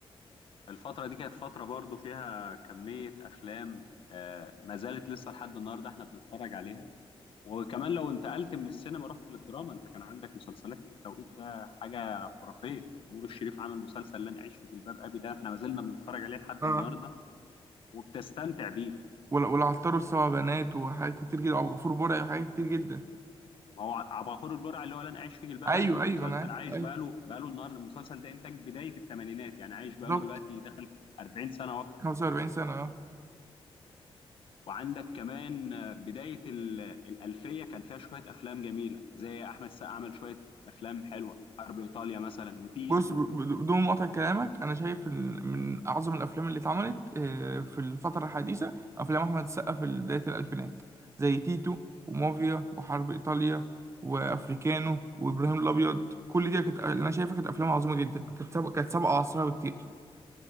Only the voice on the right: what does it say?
اه
ولا والعطار والسبع بنات وحاجات كتير جدا وأبو غفور برعي وحاجات كتير جدا
أيوه
أيوه
أنا عارف
أيوه
بالظبط
45 سنة اه
بص ب- ب- بدون مقاطعة كلامك أنا شايف إن من أعظم الأفلام اللي اتعملت آه، في الفترة الحديثة أفلام أحمد السقا في بداية الألفينات زي تيتو ومافيا وحرب إيطاليا وأفريكانو وإبراهيم الأبيض كل دي كانت اللي أنا شايفها كانت أفلام عظيمة جدا كانت سابقة كانت سابقة عصرها بكتير